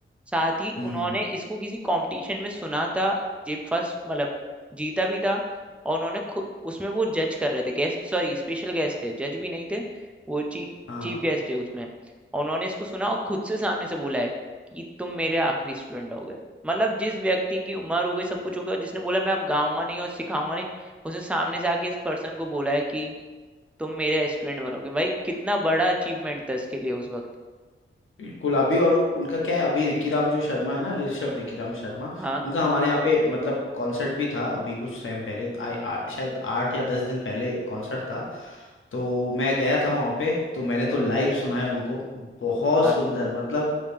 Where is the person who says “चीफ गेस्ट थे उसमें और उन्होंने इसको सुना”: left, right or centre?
Centre